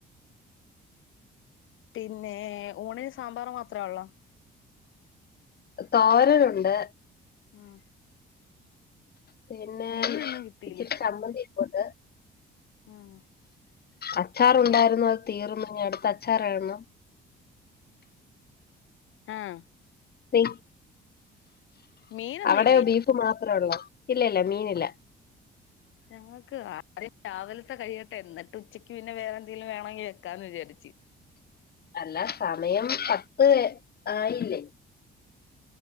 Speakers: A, on the left; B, on the left.
A: പിന്നെ ഊണിന് സാമ്പാർ മാത്രേ ഒള്ളോ
B: തോരനുണ്ട്
A: ഉം
B: പിന്നെ
A: മീനൊന്നും കിട്ടീലേ
B: ഇച്ചിരി ച്ചമ്മന്തി ഇരിപ്പുണ്ട്
A: ഉം
B: അച്ചാറുണ്ടായിരുന്നു,
A: മീ
B: അത് തീർന്നു അടുത്ത അച്ചാറാവണം
A: ആഹ്
B: ബീ
A: മീനൊന്നും
B: അവിടെയോ
A: ഇല്ലേ
B: ബീഫ് മാത്ര ഒള്ളോ ഇല്ലല്ല മീനില്ല
A: ഞങ്ങക്ക് ആദ്യം രാവിലത്തെ കഴിയട്ടെ, എന്നിട്ട് ഉച്ചക്ക് പിന്നെ വേറെന്തെങ്കിലും വേണങ്കിൽ വെക്കാന്ന് വിചാരിച്ച്
B: അല്ല സമയം പത്ത് ആയില്ലേ